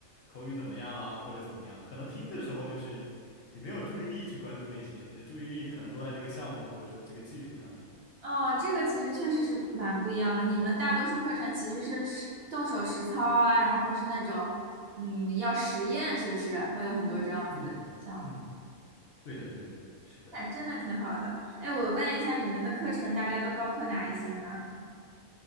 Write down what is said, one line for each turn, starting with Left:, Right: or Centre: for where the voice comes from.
Left: 口语怎么样啊，或者怎么样。可能听的时候就是你没有注意力去关注那些，你的注意力可能都在这个项目或者说这个技术上面。
Right: 哦，这个其实确实是蛮不一样的。你们大多数课程其实是实动手实操啊，然后是那种，嗯，要实验，是不是会有很多这样子的项目？
Left: 嗯嗯，对的对的，是的。
Right: 那真的挺好的。哎，我问一下，你们的课程大概都包括哪一些呢？